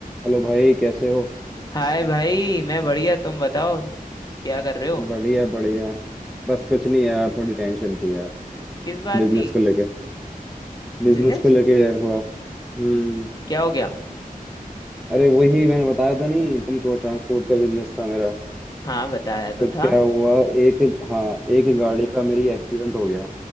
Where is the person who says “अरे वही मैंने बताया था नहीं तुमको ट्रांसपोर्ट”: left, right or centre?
Centre